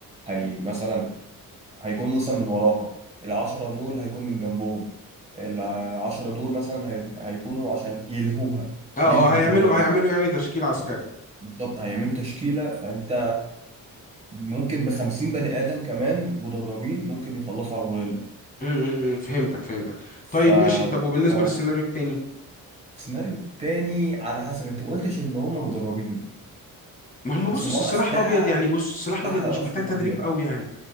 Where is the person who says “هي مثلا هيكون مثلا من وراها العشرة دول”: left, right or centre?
Right